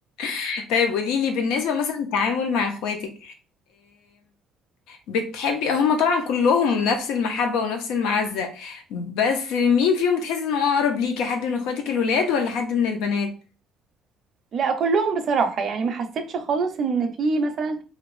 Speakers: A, on the left; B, on the right.
A: <laughs> طيب قوليلي بالنسبة مثلا التعامل مع اخواتك بتحبي هما طبعا كلهم نفس المحبة ونفس المعزة بس مين فيهم بتحسي انه اقرب ليكي حد من اخواتك الولاد ولا حد من البنات
B: لا كلهم بصراحه يعني ما حسيتش خالص ان في مثلا